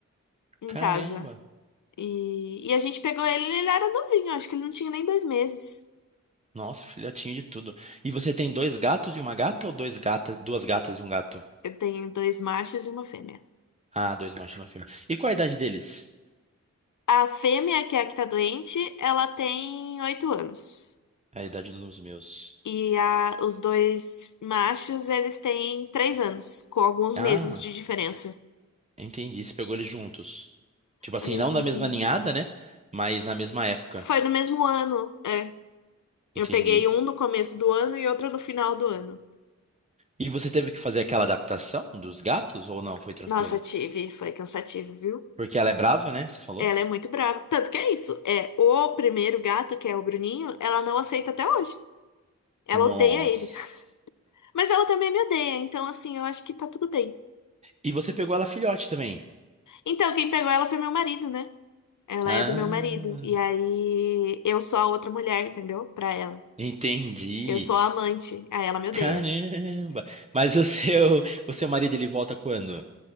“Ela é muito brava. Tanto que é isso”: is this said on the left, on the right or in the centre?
Left